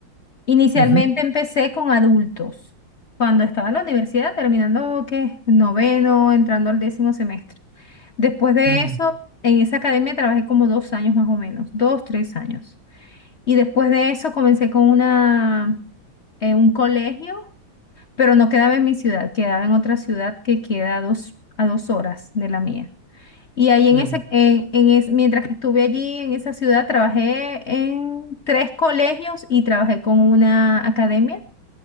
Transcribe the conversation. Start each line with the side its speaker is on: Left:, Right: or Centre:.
Left: Inicialmente
Right: Ujú.
Left: empecé con adultos, cuando estaba en la universidad, terminando que noveno, entrando al décimo semestre. Después de
Right: Mm,
Left: eso, en esa academia trabajé como dos años más o menos, dos, tres años. Y después de eso comencé con una, en un colegio, pero no quedaba en mi ciudad, quedaba en otra ciudad que queda a dos, a dos horas de la mía. Y ahí en
Right: mm,
Left: ese, en, en es- mientras que estuve allí en esa ciudad, trabajé en tres colegios y trabajé con una academia